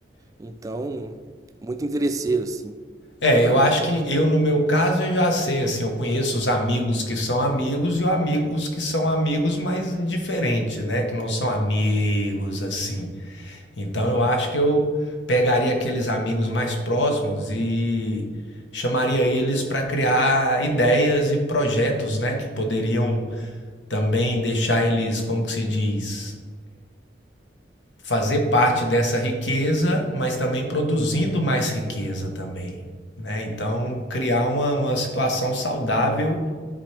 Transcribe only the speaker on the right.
Então, muito interesseiro, assim,
sabe?